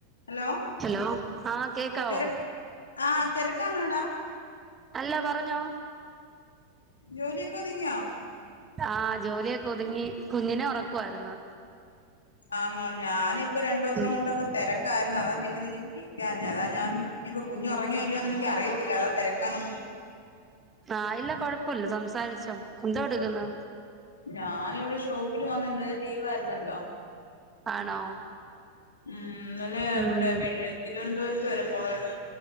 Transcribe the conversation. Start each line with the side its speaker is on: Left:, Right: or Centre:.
Left: hello
Right: hello ആഹ് കേക്കാവോ
Left: കേര ആഹ് തിരക്കാന്നോടാ
Right: അല്ല പറഞ്ഞോ
Left: ജോലിയൊക്കെ ഒതുങ്ങിയോ
Right: ആഹ് ജോലിയൊക്കെ ഒതുങ്ങി കുഞ്ഞിനെ ഉറക്കായിരുന്നു
Left: ആന്നോ ഞാനിപ്പ രണ്ടു ദിവസം
Right: ഉം
Left: കൊണ്ടൊക്കെ തിരക്കായിരുന്നു അതാ പിന്നെ നിനെ വിളിക്കഞ്ഞ അതാ ഞാൻ ഇനിയിപ്പൊ കുഞ്ഞു ഉറങ്ങിയല്ലോന്ന് എനിക്ക് അറയില്ല അതാ തിരക്കാന്നേ
Right: ആഹ് ഇല്ല കൊഴപ്പില്ല സംസാരിച്ചോ എന്തോ എടുക്കുന്നു
Left: ഞാന് ഇവിടെ ഷോപ്പിൽ വന്ന് ഇന്നലെ ലീവ് ആയിരുന്നല്ലോ
Right: ആണോ
Left: ഉം ഇന്നലെ
Right: ഉം
Left: ഇവിടെ തിരുവനന്തപുരത്ത് വരെ പോണല്ലോ